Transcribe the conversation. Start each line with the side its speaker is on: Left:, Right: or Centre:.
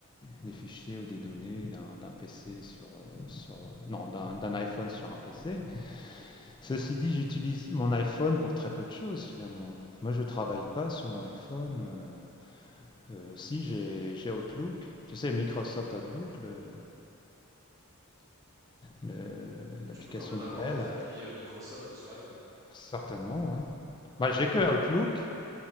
Left: des fichiers ou des données d'un d'un PC sur, heu, sur, heu, non, d'un d'un iPhone sur un PC. Ceci dit, j'utilise mon iPhone pour très peu de choses finalement. Moi, je travaille pas sur mon iPhone. Euh, euh, si j'ai j'ai Outlook, tu sais, Microsoft Outlook, le- le- le-
Right: Et donc
Left: l'application
Right: tu peux quand même
Left: d'email,
Right: avoir des applis euh, Microsoft sur iPhone.
Left: certainement, ouais. Bah, j'ai
Right: Ok.
Left: que Outlook,